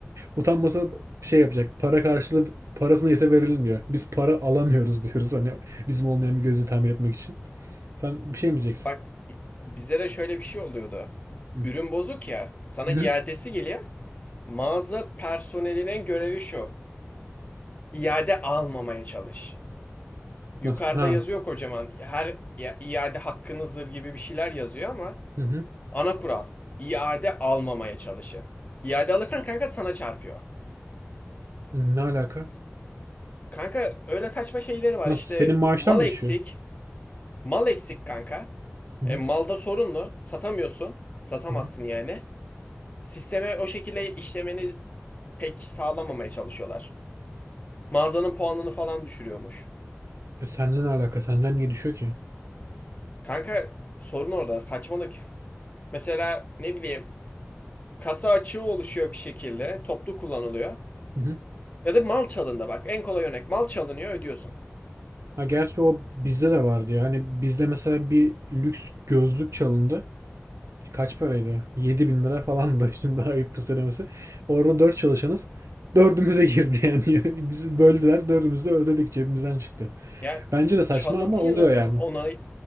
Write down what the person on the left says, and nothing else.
Bak i- bizde de şöyle bir şey oluyordu.
Ürün bozuk ya, sana
iadesi geliyor. Mağaza personelinin görevi şu. İade almamaya çalış. Yukarıda
yazıyor kocaman. Her iade hakkınızdır gibi bir şeyler yazıyor ama
ana kural İade almamaya çalışın. İade alırsan kanka sana çarpıyor.
Kanka öyle saçma şeyleri var
işte
mal
eksik. Mal eksik kanka.
E,
malda sorunlu. Satamıyorsun. Satamazsın
yani. Sisteme o şekilde işlemeni pek sağlamamaya çalışıyorlar. Mağazanın puanını falan düşürüyormuş.
Kanka sorun orada. Saçmalık. Mesela ne bileyim kasa açığı oluşuyor bir şekilde. Toplu kullanılıyor.
Ya da mal çalındı bak. En kolay örnek mal çalınıyor ödüyorsun.
Ya
çalıntıyı
nasıl
ona